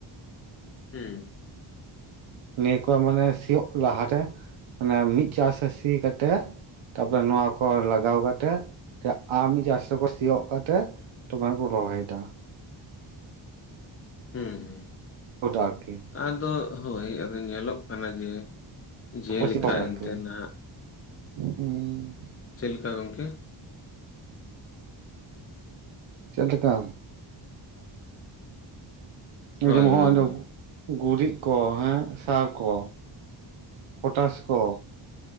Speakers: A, on the left; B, on the right.
A: ᱦᱩᱸ
B: ᱱᱤᱭᱟᱹ ᱠᱚ ᱢᱟᱱᱮ ᱥᱤᱭᱳᱜ ᱞᱟᱦᱟᱨᱮ, ᱢᱟᱱᱮ ᱢᱤᱫ ᱪᱟᱥ ᱥᱤ ᱼᱼ ᱠᱟᱛᱮ ᱛᱟᱯᱚᱨᱮ ᱱᱚᱣᱟ ᱠᱚ ᱞᱟᱜᱟᱣ ᱠᱟᱛᱮ ᱟᱢ ᱡᱟᱦᱟ ᱠᱚ ᱥᱤᱭᱳᱜ ᱠᱟᱛᱮᱜ ᱛᱚᱵᱮᱭ ᱠᱚ ᱨᱚᱦᱚᱭ ᱮᱫᱟ ᱾
A: ᱦᱩᱸ
B: ᱜᱚᱴᱟᱹ ᱟᱨᱠᱤ᱾
A: ᱟᱫᱚ ᱦᱳᱭ ᱟᱫᱚ ᱧᱮᱞᱚᱜ ᱠᱟᱱᱟ ᱡᱮ ᱡᱮᱞᱮᱠᱟ
B: <unintelligible>
A: ᱮᱱᱛᱮ ᱱᱟᱦᱟᱜ
B: ᱦᱮᱸ
A: ᱪᱮᱫ ᱞᱮᱠᱟ ᱜᱚᱝᱠᱮ?
B: ᱪᱮᱫ ᱞᱮᱠᱟ
A: <unintelligible> ᱦᱳᱭ
B: ᱡᱮ ᱢᱚᱦᱟᱱ
A: ᱦᱳᱭ
B: ᱫᱚ
A: ᱦᱳᱭ
B: ᱜᱩᱨᱤᱡ ᱠᱚ, ᱦᱮᱸ ᱥᱟᱦᱟᱨ ᱠᱚ, ᱯᱚᱴᱟᱥ ᱠᱚ,